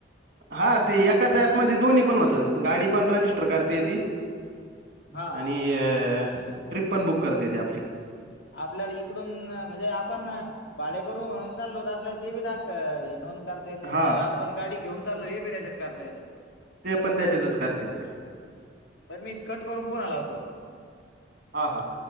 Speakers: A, on the right; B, on the left.
A: हा ते एकाच ऍपमध्ये दोन्ही पण होतं, गाडी पण रजिस्टर करता येती.
B: हा
A: आणि अ ट्रिप पण बुक करता येते आपली.
B: आपल्याला इकडून म्हणजे आपण भाडेकरू म्हणून चालो त आपल्याला ते बी दाखता ये नोंद कर ता येती
A: हा
B: नं आपण गाडी घेऊन चालो हे बी त्याच्यात करता येत.
A: ते पण त्याच्यातच करते आता
B: बरं मी कट करून पुन्हा लावतो फोन.
A: हां, हां!